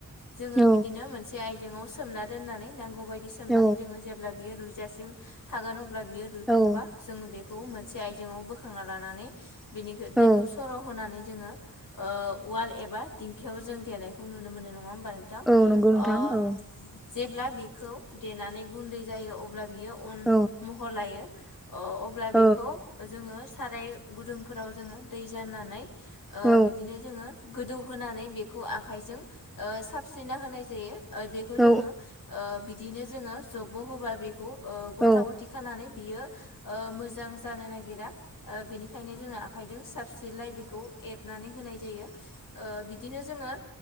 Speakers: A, on the left; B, in the centre.
A: जोङो
B: औ
A: बिदिनो मोनसे आइजेंआव सोमना दोननानै नांगौ बायदि सनानै
B: औ
A: जोङो जे बियो रुजासिम थागोन अब्ला बियो रुइखांबा
B: औ
A: जों बेखौ मोनसे आइजेंआव बोखांना लानानै बिनि
B: औ
A: दैखौ सर' होनानै जोङो उवाल एबा दिंखियाव जों देनायखौ नुनो मोन नङा होमबा नोंथां
B: औ नंगौ नोंथां
A: ओ
B: औ
A: जेब्ला बिखौ देनानै गुन्दै जायो अब्ला बियो अन
B: औ
A: महर लायो अ अब्ला
B: औ
A: बेखौ जोङो साराय गुदुंफोराव जोङो दै जाननानै ओ
B: औ
A: बिदिनो जोङो गोदौहोनानै बेखौ आखाइजों ओ सा साबस्रिना होनाय जायो ओ बेखौ
B: औ
A: जोङो ओ बिदिनो जोङो जबब'' होबा बेखौ ओ गथा
B: औ
A: गथि खानानै बियो ओ मोजां जानो नागिरा ओ बेनिखायनो जों आखाइजों साबसेलाय बेखौ एरनानै होनाय जायो ओ बिदिनो जोङो